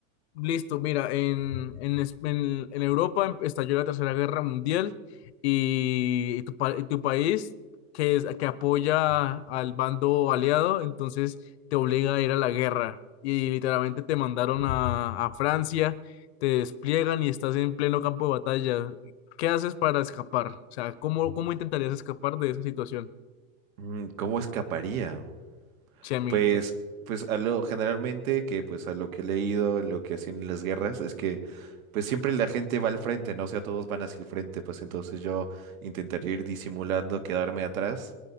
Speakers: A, on the left (about 50°); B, on the right (about 75°).
A: listo, mira, en, en, es- en- en Europa em- estalló la Tercera Guerra Mundial y, y tu, pa- y tu país, que, es, que apoya al bando aliado, entonces te obliga a ir a la guerra. Y literalmente te mandaron a, a Francia, te despliegan y estás en pleno campo de batalla. ¿Qué haces para escapar? O sea, ¿cómo, cómo intentarías escapar de esa situación?
B: Mm, ¿Cómo escaparía?
A: Che, amiguito.
B: Pues, pues a lo generalmente que pues a lo que he leído, en lo que hacían en las guerras, es que pues siempre la gente va al frente, ¿no? O sea, todos van hacia el frente, pues entonces yo intentaría ir disimulando, quedarme atrás